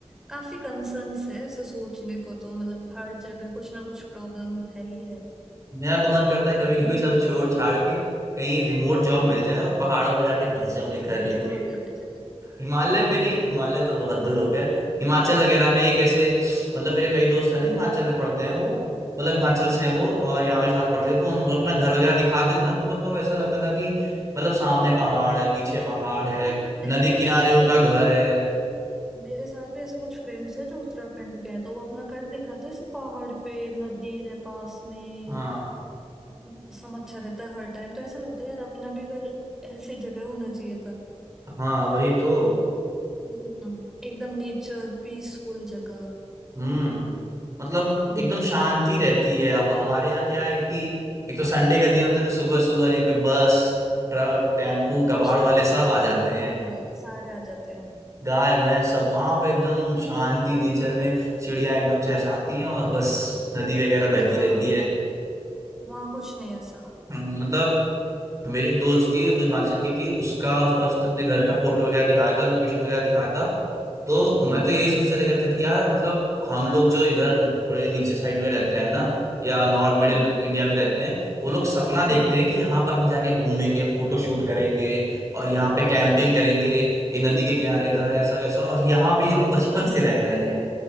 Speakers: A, in the centre; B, on the right (about 30°).
A: काफी कंसर्न्स है ऐसे सोचने को तो मतलब हर जगह कुछ ना कुछ प्रॉब्लम है ही है
B: मेरा तो मन करता है कभी कभी सब छोड़ छाड़ के कहीं रिमोट जॉब
A: हम्म
B: मिल जाए और पहाड़ों पे जाके बस जाऊं ये घर लेके
A: हिमालय पे चले
B: हिमालय पे नहीं हिमालय तो बहुत दूर हो गया है हिमाचल वगैरह में एक ऐसे मतलब मेरे कई दोस्त हैं ना हिमाचल में पढ़ते हैं वो मतलब हिमाचल
A: <laughs>
B: से हैं वो और यहाँ मेरे साथ पढ़ते थे तो उन- वो अपना घर वगैरह दिखाते थे ना तो मतलब ऐसा लगता था कि मतलब सामने पहाड़ है पीछे पहाड़ है
A: हाँ ऐसा
B: नदी
A: मेरे
B: किनारे
A: साथ
B: उनका
A: भी
B: घर
A: मेरे भी
B: है
A: मेरे साथ भी ऐसे कुछ फ्रेंड्स हैं जो उत्तराखंड के हैं तो वो अपना घर दिखाते हैं ऐसे पहाड़ पे नदी है पास में
B: हाँ
A: मौसम अच्छा रहता है हर टाइम तो ऐसा लगता है यार अपना भी घर ऐसी जगह होना चाहिए था
B: हाँ वही तो
A: हम्म, एकदम नेचर पीसफुल जगह
B: हम्म मतलब
A: हाँ
B: एकदम शांति रहती है अब हमारे यहाँ क्या है कि एक तो संडे का दिन होता है तो सुबह सुबह यहाँ पे बस ट्रक टेम्पू कबाड़
A: चीज
B: वाले सब आ जाते
A: हाँ,
B: हैं
A: सारे आ जाते हैं
B: गाय भैंस सब वहां पे एकदम शांति नेचर में चिड़िया एकदम चहचहाती हैं और बस नदी वगैरह बहती
A: हाँ
B: रहती है
A: वहाँ कुछ नहीं ऐसा
B: हम्म, मतलब मेरी एक दोस्त थी वो हिमाचल की थी उसका उस पर उसने अपने घर का फोटो वगैरह दिखाया था लोकेशन वगैरह दिखाया था तो
A: हम्म
B: मैं तो यही सोचते रह गया था कि यार मतलब हम लोग जो इधर थोड़े नीचे साइड में रहते हैं ना या नॉर्थ
A: हम्म
B: मिडिल इंडिया में रहते हैं वो लोग सपना
A: हम्म
B: देखते हैं कि यहाँ पर हम जाके घूमेंगे फोटो शूट करेंगे और यहाँ पे
A: हाँ
B: कैंपिंग करेंगे ये
A: <laughs>
B: नदी के किनारे घर है, ऐसा वैसा और यहाँ पे ये लोग बचपन
A: हाँ
B: से
A: हाँ
B: रह रहे हैं